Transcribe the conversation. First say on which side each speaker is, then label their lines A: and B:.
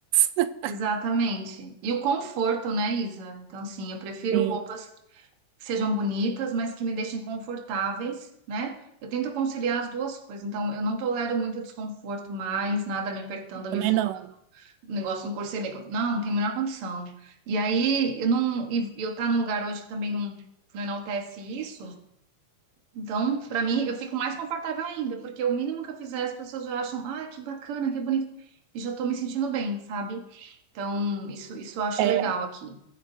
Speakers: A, on the right; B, on the right.
A: <laughs>
B: Exatamente. E o conforto, né, Isa? Então, assim, eu prefiro
A: Sim,
B: roupas que sejam bonitas, mas que me deixem confortáveis, né? Eu tento conciliar as duas coisas. Então, eu não tolero muito desconforto mais, nada me apertando,
A: também
B: me fu...
A: não.
B: o negócio no corcelê. Não, não tem a menor condição. E aí, eu não... e eu tá num lugar hoje que também não, não enaltece isso, Então, para mim, eu fico mais confortável ainda, porque o mínimo que eu fizer, as pessoas já acham, ah, que bacana, que bonito, e já tô me sentindo bem, sabe? Então, isso, isso eu acho
A: É,
B: legal aqui.